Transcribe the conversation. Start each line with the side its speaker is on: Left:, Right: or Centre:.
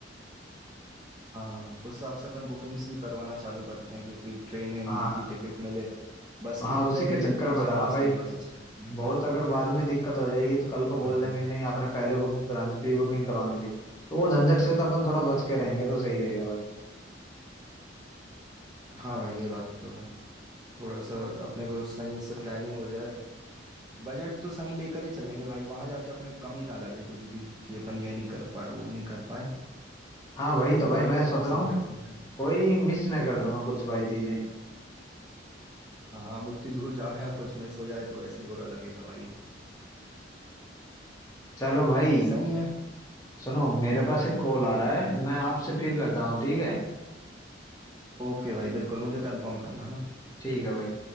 Right: हाँ उस हिसाब से अपन बुकिंग्स भी करवाना चालू करते हैं क्योंकि ट्रेन इन
Left: हाँ
Right: की टिकट मिले बस
Left: हाँ
Right: की तो
Left: उसी
Right: खैर
Left: के चक्कर
Right: मिलती
Left: में
Right: ही
Left: बता
Right: है बहुत
Left: रहा हूँ भाई
Right: सारी बसेस चलती हैं
Left: बहुत अगर बाद में दिक्कत हो जाएगी तो कल को
Right: हाँ
Left: बोल देंगे नहीं आपने पहले बुकिंग करानी प्री बुकिंग करवानी थी तो वो झंझट से तो अपन थोड़ा बच के रहेंगे तो सही रहेगा भाई
Right: हाँ भाई ये बात तो है थोड़ा सा अपने को सही से प्लानिंग हो जाए बजट तो सही लेकर ही चलेंगे भाई वहां जाके अपने को कमी ना लगे कुछ भी कि अपन ये नहीं कर पाए वो नहीं कर पाए
Left: हाँ भाई तो भाई
Right: बजट
Left: मैं
Right: अपन
Left: सोच रहा
Right: सही
Left: हूँ
Right: रखेंगे
Left: कोई मिस ना कर दूं मैं कुछ भाई चीजें
Right: हाँ अब उतनी दूर जा रहे हैं कुछ मिस हो जाए तो वैसे ही बुरा लगेगा भाई
Left: चलो भाई
Right: स- सही है
Left: सुनो मेरे पास एक कॉल
Right: ठीक
Left: आ रहा
Right: है
Left: है
Right: भाई
Left: मैं आपसे फिर करता हूँ ठीक है
Right: ओके भाई बिल्कुल मुझे कंफर्म करना है ना
Left: ठीक है भाई